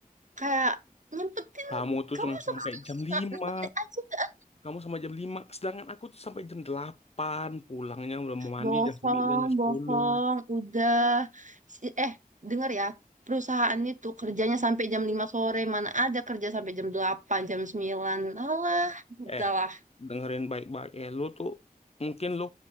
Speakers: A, on the right (about 55°); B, on the left (about 45°).
A: Kayak nyempetin
B: Kamu tuh
A: kamu
B: cuma
A: sama
B: sampai
A: sekali
B: jam
A: lima
B: lima
A: lima menit aja nggak?
B: Kamu sama jam lima Sedangkan aku tuh sampai jam delapan Pulangnya udah mau mandi
A: Bohong,
B: jam 9, jam 10.
A: bohong, udah. Si- Eh, denger ya. Perusahaan itu kerjanya sampai jam 5 sore. Mana ada kerja sampai jam delapan jam sembilan Alah, udahlah.
B: Eh, dengerin baik-baik. Eh, lu tuh mungkin lu